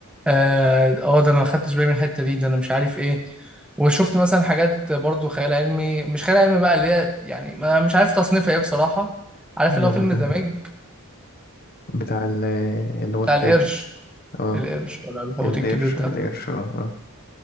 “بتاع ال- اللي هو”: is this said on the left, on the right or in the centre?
Left